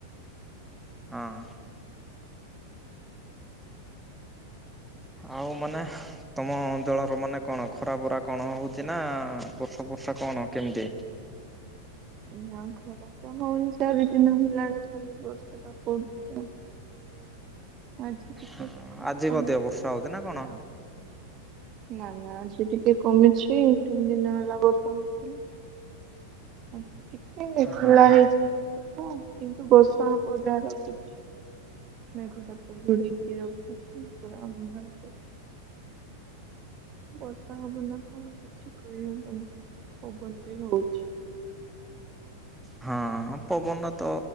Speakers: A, in the centre; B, on the right.
A: ହଁ। ଆଉ ମାନେ? ତମ ଅଞ୍ଚଳର ମାନେ କଣ? ଖରା ଫରା କଣ ହଉଛି ନା, ବର୍ଷା ଫର୍ଷା କଣ କେମିତି?
B: ନା ଖରା ତ ହଉନି, ଚାରି ଦିନ ହେଲାଣି ଖାଲି ବର୍ଷା ଟା ପଡୁଛି ଆଉ ଆଜି ଟିକେ
A: ହଁ
B: ସଖାଳୁ
A: ଆଜି
B: କମିଛି
A: ମଧ୍ୟ
B: ବର୍ଷା
A: ହଉଛି ନା କଣ?
B: ଟା ଆଉ। ନା ନା ଆଜି ଟିକେ କମିଛି। ତିନି ଦିନ ହେଲା ବର୍ଷା ହଉଥିଲି। ଆ ଟିକେ ଖୋଲା
A: ହଁ
B: ହେଇଛି ପାଗ ଟା କିନ୍ତୁ ବର୍ଷା ହବ ଯା ରଖଛି। ମେଘ ଟା କୁହୁଡିକି ରଖିଛି ପୁରା ଅନ୍ଧାର କରିକି। ବର୍ଷା ହବ ନା କଣ କିଛି କହିହବନି, ପବନ ବି ହଉଛି।
A: ହଁ ପବନ ତ,